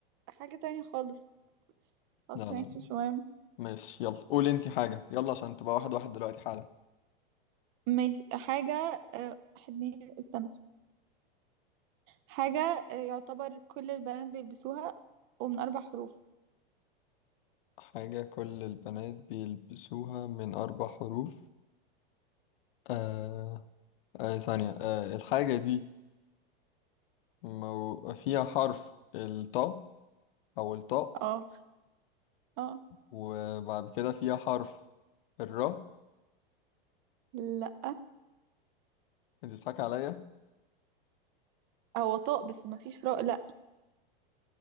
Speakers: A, on the right (about 40°); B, on the left (about 65°).
A: حاجة تانية خالص خلاص
B: لا لا
A: ماشي شوية
B: ماشي يلا قول انتي حاجة يلا عشان تبقى واحد واحد دلوقتي حالا
A: ماشي حاجة آه، حدني استنى حاجة آه، يعتبر كل البنات بيلبسوها ومن أربع حروف
B: حاجة كل البنات بيلبسوها من أربع حروف آه آه ثانية آه الحاجة دي مو... فيها حرف الطاء أو الطاء
A: اه اه
B: وبعد كده فيها حرف الراء
A: لا
B: أنت بتضحك عليا
A: هو طاق بس مفيش راء لا